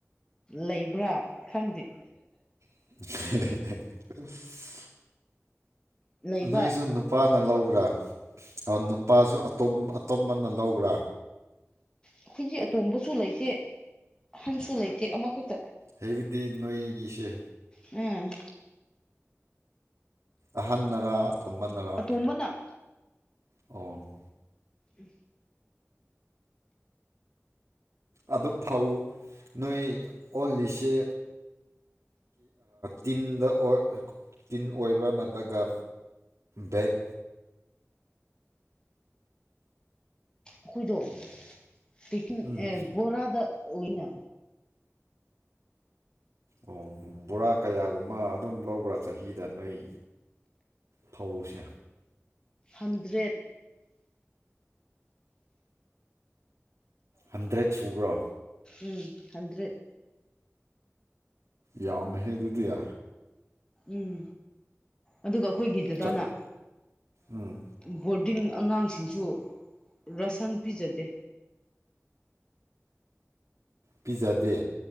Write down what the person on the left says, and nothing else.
ꯂꯩꯕ꯭ꯔꯥ ꯈꯪꯗꯦ
ꯂꯩꯕ
ꯑꯩꯈꯣꯏꯖꯤꯛ ꯑꯇꯣꯝꯕꯁꯨ ꯂꯩꯇꯦ ꯑꯍꯟꯁꯨ ꯂꯩꯇꯦ ꯑꯃꯈꯛꯇ
ꯎꯝ
ꯀꯅ
ꯎꯝ
ꯑꯩꯈꯣꯏꯗ ꯇ
ꯕꯣꯔꯥꯗ ꯑꯣꯏꯅ ꯑꯣꯏꯅ
ꯍꯟꯗ꯭ꯔꯦꯠ
ꯎꯝ ꯍꯟꯗ꯭ꯔꯦꯠ
ꯎꯝ ꯑꯗꯨꯒ ꯑꯩꯈꯣꯏꯒꯤꯗꯨꯗꯅ
ꯕꯣꯔꯗꯤꯡ ꯑꯉꯥꯡꯁꯤꯡꯁꯨ ꯔꯁꯟ ꯄꯤꯖꯗꯦ